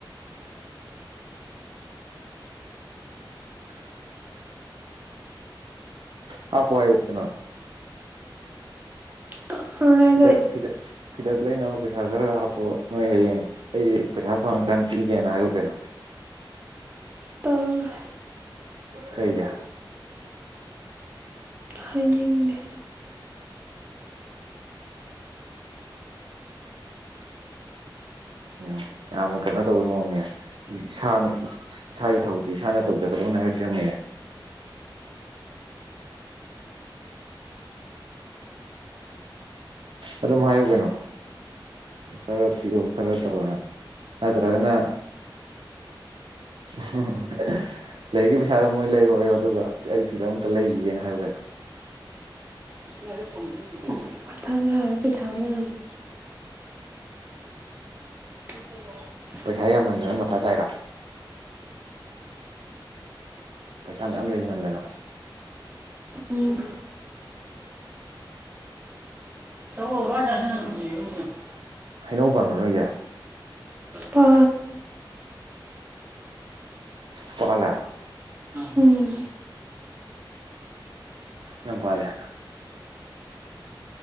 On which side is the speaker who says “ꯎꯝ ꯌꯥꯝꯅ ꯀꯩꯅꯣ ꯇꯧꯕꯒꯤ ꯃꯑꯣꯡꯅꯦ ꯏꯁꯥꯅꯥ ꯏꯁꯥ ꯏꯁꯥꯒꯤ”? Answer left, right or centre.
Right